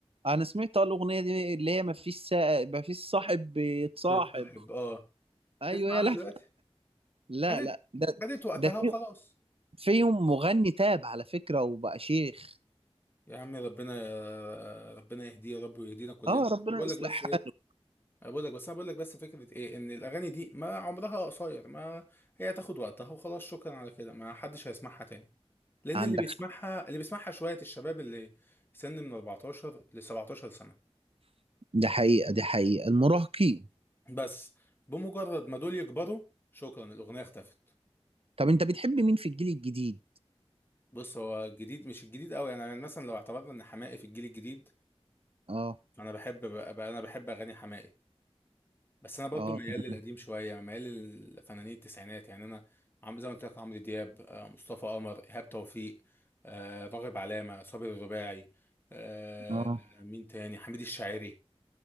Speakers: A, on the right; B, on the left.
A: انا سمعت الاغنيه دي اللي هي ما فيش سا... ما فيش صاحب بيتصاحب
B: بتصاحب اه
A: ايوه
B: تسمع
A: يلا
B: عنها دلوقتي
A: لا
B: خدت
A: لا ده
B: خدت وقتها
A: ده في
B: وخلاص
A: فيهم مغني تاب على فكره وبقى شيخ
B: يا عم ربنا ربنا يهديه يا رب ويهدينا كلنا
A: اه ربنا
B: بقول
A: يصلح
B: لك بس
A: حاله
B: ايه، أنا بقول لك بس انا بقول لك بس فكره ايه ان الاغاني دي ما عمرها قصير ما هي تاخد وقتها وخلاص شكرا على كده ما حدش هيسمعها تاني لان
A: عندك
B: اللي بيسمعها
A: حق
B: اللي بيسمعها شويه الشباب اللي سن من 14 ل 17 سنه
A: ده حقيقه دي حقيقه المراهقين
B: بس بمجرد ما دول يكبروا شكرا الاغنيه اختفت
A: طب انت بتحب مين في الجيل الجديد
B: بص هو الجديد مش الجديد قوي يعني يعني مثلا لو اعتبرنا ان حماقي في الجيل الجديد
A: اه
B: فانا بحب بقى بقى- انا بحب اغاني حماقي بس انا برضو
A: اه
B: ميال
A: تمام
B: للقديم شويه يعني ميال للفنانين التسعينات يعني انا عم زي ما قلت لك عمرو دياب آه، مصطفى قمر ايهاب توفيق آه، راغب علامه صابر الرباعي آه،
A: اه
B: مين تاني حميد الشاعري